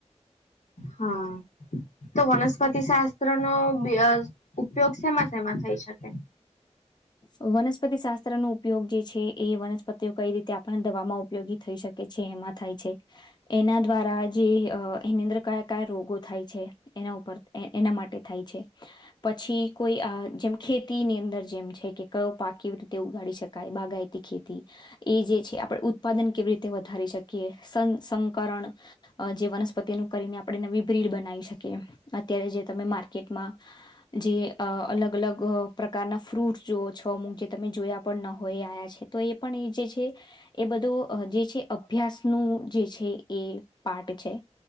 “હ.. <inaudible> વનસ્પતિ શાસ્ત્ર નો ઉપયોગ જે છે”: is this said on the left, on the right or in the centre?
Left